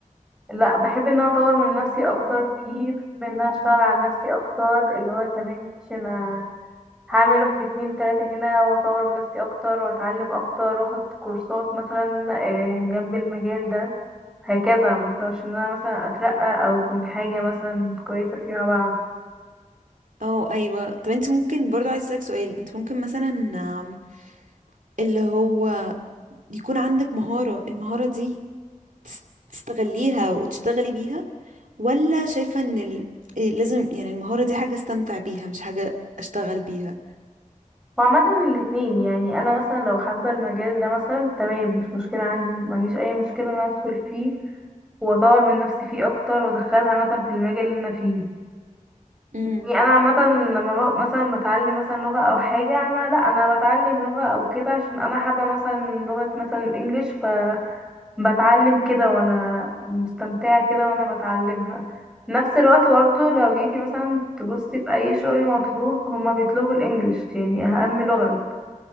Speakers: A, in the centre; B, on the right.
A: لا بحب ان انا اطور من نفسي اكتر فيه بحب ان انا اشتغل على نفسي اكتر اللي هو تمام ماشي انا هعمل واحد اتنين تلاتة هنا واطور من نفسي اكتر واتعلم اكتر واخد كورسات مثلا آه، جنب المجال ده هكذا مثلا عشان انا مثلا اترقى او اكون حاجة مثلا كويسة فيما بعد
B: اه ايوه طب انت ممكن برضو عايز اسالك سؤال انت ممكن مثلا آم، اللي هو يكون عندك مهارة المهارة دي تس- تستغليها وتشتغلي بيها ولا شايفة ان ال... إيه لازم يعني المهارة دي حاجة استمتع بيها مش حاجة اشتغل بيها
A: وعامة الاتنين يعني انا مثلا لو حابة المجال ده مثلا تمام مش مشكلة عندي مفيش اي مشكلة ان انا ادخل فيه واطور من نفسي فيه اكتر وادخلها مثلا في المجال اللي انا فيه
B: امم
A: يعني انا عامه لما ب- مثلا بتعلم مثلا لغه او حاجه انا لا انا بتعلم لغه او كده عشان انا حابه مثلا لغه مثلا الانجليش فبتعلم كده وانا مستمتعه كده وانا بتعلمها نفس الوقت برضه لو جيتي مثلا تبصي في اي شغل مطلوب هما بيطلبوا الانجليش يعني اهم لغه